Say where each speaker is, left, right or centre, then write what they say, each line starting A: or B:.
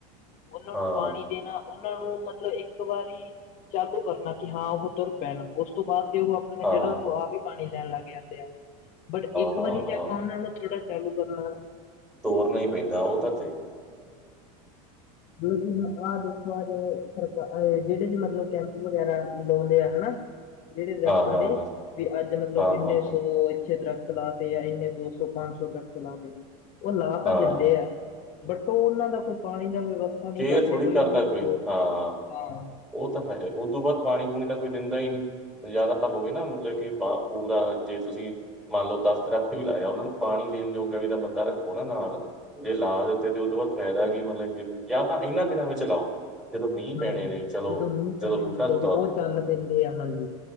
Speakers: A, on the left; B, in the centre.
A: ਉਹਨਾਂ
B: ਹਾਂ
A: ਨੂੰ ਪਾਣੀ ਦੇਣਾ ਉਹਨਾਂ ਨੂੰ ਮਤਲਬ, ਇੱਕ ਵਾਰੀ ਚਾਲੂ ਕਰਨਾ ਕਿ, ਹਾਂ ਉਹ ਤੁਰ ਪੈਣ ਉਸ ਤੋਂ ਬਾਅਦ ਤੇ, ਉਹ
B: ਹਾਂ
A: ਜੜਾਂ ਤੋਂ ਆਪ ਹੀ ਪਾਣੀ ਲੈਣ ਲੱਗ ਜਾਂਦੇ ਆ, ਬਟ ਇੱਕ
B: ਹਾਂ
A: ਵਾਰੀ ਆਪ
B: ਹਾਂ
A: ਆਪਾਂ ਉਹਨਾਂ ਨੂੰ ਥੋੜਾ ਚਾਲੂ ਕਰਨਾ
B: ਤੋਰਨਾ ਹੀ ਪੈਂਦਾ, ਉਹ ਤਾਂ ਫੇਰ
A: ਮਤਲਬ ਕਿ ਹੁਣ ਆਹ ਦੇਖੋ ਆ ਜਿਹੜੇ- ਜਿਹੜੇ ਵੀ ਮਤਲਬ ਕੈਂਪ ਵਗੈਰਾ ਲਾਉਂਦੇ ਆ ਹਨਾ। ਜਿਹੜੇ ਦਰੱਖਤਾਂ
B: ਹਾਂ ਹਾਂ
A: ਦੇ
B: ਹਾਂ
A: ਵੀ, ਅੱਜ ਮਤਲਬ,
B: ਹਾਂ
A: ਇੰਨੇ
B: ਹਾਂ
A: ਸੌ, ਇੱਥੇ ਦਰੱਖ਼ਤ ਲਾਤੇ ਆ, ਇੰਨੇ ਦੋ ਸੌ, ਪੰਜ ਸੌ, ਦਰੱਖ਼ਤ ਲਾਤੇ, ਉਹ ਲਾ
B: ਹਾਂ
A: ਤਾਂ ਦਿੰਦੇ ਆ ਬਟ ਉਹ-ਉਹਨਾਂ ਦਾ ਕੋਈ ਪਾਣੀ ਦਾ ਵਵਸਥਾ ਨਹੀਂ
B: ਕੇਅਰ
A: ਕਰਦੇ,
B: ਥੋੜੀ
A: ਕੋਈ
B: ਕਰਦਾ
A: ਉਹਨਾਂ ਨੂੰ ਤੋਰਦੇ,
B: ਹਾਂ
A: ਹਾਂ।
B: ਉਹ ਤਾ ਹੈ, ਉਹ ਦੋਂ ਬਾਅਦ ਪਾਣੀ-ਪੂਣੀ ਤਾਂ ਕੋਈ ਦਿੰਦਾ ਹੀ ਨਹੀਂ। ਜ਼ਿਆਦਾ ਹੋਵੇ ਨਾ ਮਤਲਬ ਕਿ, ਪੂਰਾ ਜੇ ਤੁਸੀਂ ਮੰਨਲੋ ਦੱਸ ਦਰੱਖ਼ਤ ਵੀ ਲਾਏ ਆ, ਉਹਨਾਂ ਨੂੰ ਪਾਣੀ ਦੇਣ ਜੋਗਾ ਵੀ ਤਾਂ ਬੰਦਾ ਰੱਖੋ ਨਾ ਨਾਲ। ਜੇ ਲਾਹ ਦਿੱਤੇ, ਤੇ ਉਹ ਤੋਂ ਬਾਅਦ ਫਾਇਦਾ ਕੀ ਮਤਲਬ ਜਾਂ ਤਾਂ ਇਹਨਾਂ ਦਿਨਾਂ ਵਿੱਚ ਲਾਓ। ਜਦੋਂ ਮੀਂਹ ਪੈਣੇ
A: ਹਾਂਜੀ
B: ਨੇ। ਚਲੋ,
A: ਮੀਂਹ
B: ਜਦੋਂ
A: ਪੈਣੇ
B: ਬੂਟਾ
A: ਹੁੰਦੇ ਆ
B: ਤੋਰ
A: ਵੀ ਉਹ ਚੱਲ ਪੈਂਦੇ ਆ ਹਾਂਜੀ